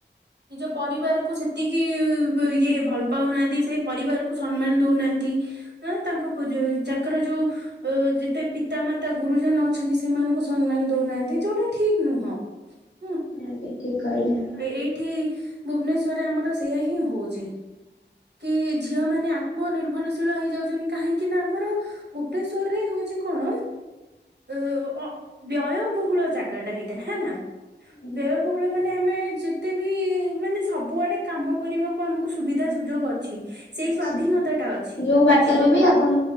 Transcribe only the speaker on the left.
ଆଜ୍ଞା। ଠିକ କହିଲେ।
ଆଜ୍ଞା
ଅଛି
ଯୋଉ ବାଟରେ
ବି ଆପଣ